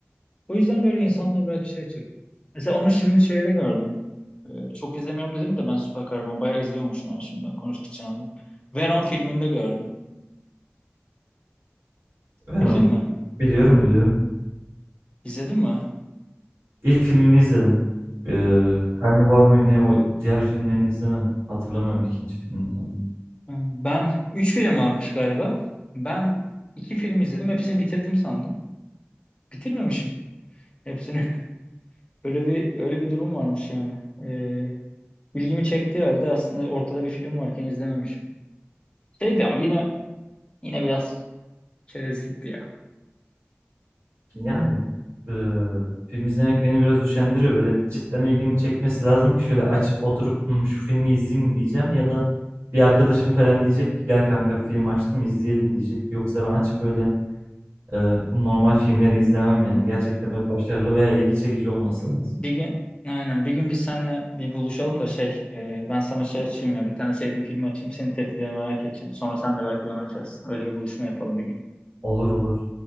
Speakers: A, on the left; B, on the right.
A: O yüzden böyle insanlar belki şey çekti. Mesela onu şimdi şeyde gördüm. Ee, çok izlemiyorum dedim de ben süper kahraman bayağı izliyormuşum ha şimdi ben konuştukça anladım. Venom filminde gördüm.
B: Ben onu
A: Bildin mi?
B: biliyorum biliyorum.
A: İzledin mi?
B: İlk filmini izledim. Ee, Carnivore mu ne o diğer filmlerini izlemedim. Hatırlamıyorum ikinci filmini.
A: Ben 3 film varmış galiba. Ben 2 film izledim. Hepsini bitirdim sandım. Bitirmemişim hepsini. <laughs> Öyle bir öyle bir durum varmış yani. Ee, ilgimi çektiği halde aslında ortada bir film varken izlememişim. Şeydi ama yine yine biraz Çerezlikti ya.
B: Yani eee, film izlemek beni biraz üşendiriyor. Böyle bir cidden ilgimi çekmesi lazım ki şöyle açıp oturup "Hmm, şu filmi izleyeyim diyeceğim ya da bir arkadaşım falan diyecek ki gel kanka film açtım izleyelim diyecek. Yoksa ben açıp öyle eee, normal filmleri izlemem yani. Gerçekten böyle başarılı veya ilgi çekici olması lazım.
A: Bir gün aynen bir gün biz seninle bir buluşalım da şey e, ben sana şey açayım ya bir tane sevdiğim filmi açayım senin tepkilerini merak edeceğim. Sonra sen de belki bana açarsın. Öyle bir buluşma yapalım bir gün.
B: Olur olur.